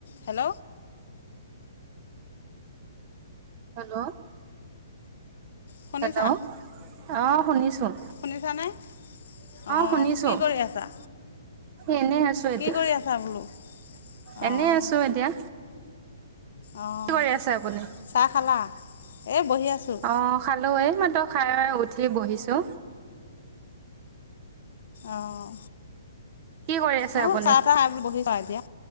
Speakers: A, on the left; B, on the right.
A: Hello.
B: Hello.
A: শুনিছা
B: hello, অহ শুনিছোঁ।
A: শুনিছানে, অহ
B: শুনিছো
A: কি কৰি আছা?
B: এনেই আছো এতিয়া
A: কি কৰি আছা বোলো,
B: এনে
A: অহ?
B: আছো এতিয়া
A: অহ,
B: কি কৰি আছে আপুনি
A: চাহ খালা? এই বহি আছোঁ।
B: অহ, খালো। এই মাত্ৰ খাই উঠি বহিছো।
A: অহ,
B: কি কৰি আছে
A: অহ
B: আপুনি
A: চাহ তাহ খাই বুলি বহিছো এতিয়া।